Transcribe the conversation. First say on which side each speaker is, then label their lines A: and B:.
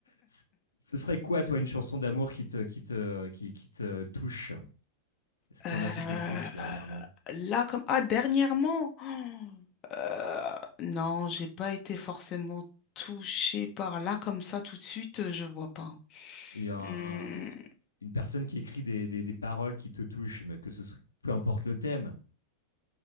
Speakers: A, on the left (about 75°); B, on the left (about 35°).
A: C- Ce serait quoi, toi, une chanson d'amour qui te, qui te, qui, qui te touche? Est-ce qu'il
B: Euh,
A: y en a qui te touchent dernièrement?
B: là, comme... Ah, dernièrement. Oh Euh, non, j'ai pas été forcément touchée par là comme ça tout de suite, euh, je vois pas.
A: Il y a un-
B: Hum,
A: un- une personne qui écrit des, des, des paroles qui te touchent, mais que ce soit, peu importe le thème.